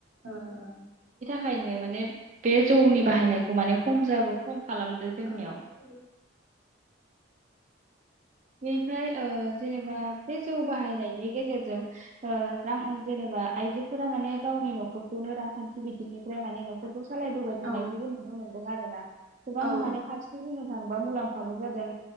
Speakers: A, on the right; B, on the right.
A: औ औ।
B: थायनो माने बे जौनि बाहायनायखौ माने खम जाबो खम खालामदो जोंनियाव।
A: अ
B: बेनिफ्राय ओ जेनेबा बे जौ बाहायनायनि गेजेरजों ओ रां आरजिनोबा आइजोफोरा माने गावनि न'खर खौनो रांखान्थि बिथिंनिफ्राय माने न'खर सालायबोबाय थानायखौबो
A: ओं औ
B: नुनो मोनदों आरोना गोबां
A: ओ उम औ
B: माने फारसेथिं बुंनो थाङो बा मुलाम्फाबो जादों।